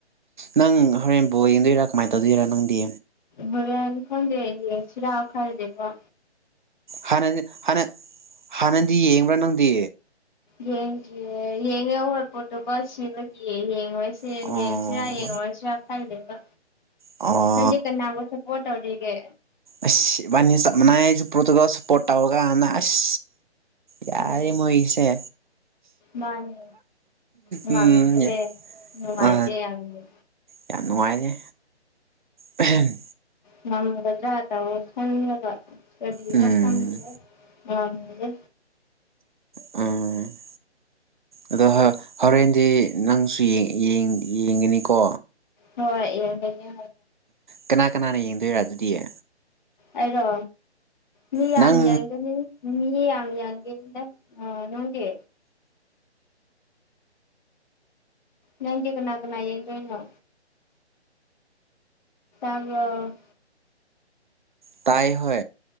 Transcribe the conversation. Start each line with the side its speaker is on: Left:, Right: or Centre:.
Right: ꯅꯪ ꯍꯣꯔꯦꯟ ꯕꯣ ꯌꯦꯡꯗꯣꯏꯔꯥ ꯀꯃꯥꯏꯅ ꯇꯧꯗꯣꯏꯔꯥ ꯅꯪꯗꯤ
Left: ꯍꯣꯔꯦꯟ ꯈꯪꯗꯦ ꯁꯤꯔꯥꯛ ꯈꯔꯗꯤꯕꯣ
Right: ꯍꯥꯟꯅꯗꯤ ꯍꯅ ꯍꯥꯟꯅꯗꯤ ꯌꯦꯡꯕ꯭ꯔꯥ ꯅꯪꯗꯤ
Left: ꯌꯦꯡꯗ꯭ꯌꯦꯦ ꯌꯦꯡꯉꯦ ꯍꯣꯏ ꯄꯣꯠꯇꯣꯀ ꯁꯤꯕꯒꯤꯌꯦ ꯌꯦꯡꯉꯣꯏ ꯁ
Right: ꯑꯣ
Left: ꯌꯦꯡꯁꯤꯔꯥ ꯌꯦꯡꯉꯨꯔꯁꯤꯔꯥ ꯈꯜꯗꯦꯕ
Right: ꯑꯥ
Left: ꯅꯟꯖ ꯀꯅꯥꯒ ꯁꯄꯣꯔꯠ ꯑꯣꯏꯧꯦ
Right: ꯑꯁ ꯅꯤ ꯆꯞ ꯃꯥꯟꯅꯥꯏ ꯑꯩꯁꯨ ꯄ꯭ꯔꯣꯇꯨꯒꯜ ꯁꯞꯄꯣꯔꯠ ꯇꯧꯔꯒ ꯍꯥꯟꯅ ꯑꯁ ꯌꯥꯔꯦ
Left: ꯎꯝ
Right: ꯃꯣꯏ ꯏꯁꯦ
Left: ꯃꯥꯅꯦ ꯉꯝꯗ꯭ꯔꯦ
Right: ꯎꯝ
Left: ꯅꯨꯡꯉꯥꯏꯇꯦ
Right: ꯑ
Left: ꯌꯥꯝꯅ
Right: ꯌꯥꯝ ꯅꯨꯡꯉꯥꯏꯔꯦ ꯎꯝ
Left: ꯉꯝꯃꯒꯗ꯭ꯔꯥ ꯇ ꯈꯜꯂꯒ ꯀꯕꯤꯅ
Right: ꯎꯝ
Left: ꯈꯪꯗꯦ ꯉꯦ
Right: ꯎꯝ ꯑꯗꯣ ꯍꯣꯔꯦꯟꯗꯤ ꯅꯪꯁꯨ ꯌꯦꯡꯒꯅꯤꯀꯣ
Left: ꯍꯣꯏ ꯌꯦꯡꯒꯒꯦ
Right: ꯀꯅꯥ ꯀꯅꯥꯅ ꯌꯦꯡꯗꯣꯏꯔꯥ ꯑꯗꯨꯗꯤꯌꯦ
Left: ꯑꯩꯔꯣ ꯃꯤ ꯌꯥꯝ
Right: ꯅꯪ
Left: ꯌꯦꯡꯒꯅꯤ ꯃꯤ ꯌꯥꯝ ꯌꯦꯡꯒꯅꯤꯗ ꯑ ꯅꯪꯦ ꯅꯗꯤꯒꯅꯥꯒꯅꯥꯏꯗꯣꯏꯩꯅꯣ ꯑꯗꯨꯒ
Right: ꯇꯥꯏ ꯍ